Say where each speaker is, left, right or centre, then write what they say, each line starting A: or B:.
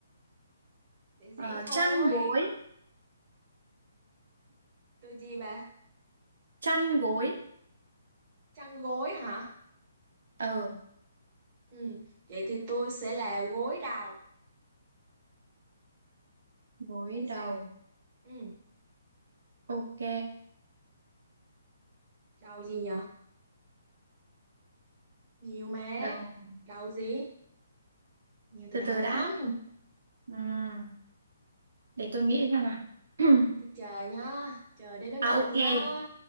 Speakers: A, on the right (about 25°); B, on the right (about 75°).
A: Dễ dễ
B: Ờ,
A: thôi.
B: chăn gối,
A: Tôi gì bà?
B: chăn gối.
A: Chăn gối hả?
B: Ờ,
A: Ừ, vậy thì tôi sẽ là gối đầu.
B: gối
A: Thấy sao?
B: đầu.
A: Ừ,
B: Ok,
A: đầu gì nhờ? Nhiều mà.
B: đầu.
A: Đầu gì? Nhiều
B: Từ
A: từ đầu
B: từ
A: lắm.
B: đã. Ừm, để tôi nghĩ xem nào. <clears throat>
A: Tôi chờ nhá, chờ đến đến
B: À
A: năm
B: ok,
A: nhá.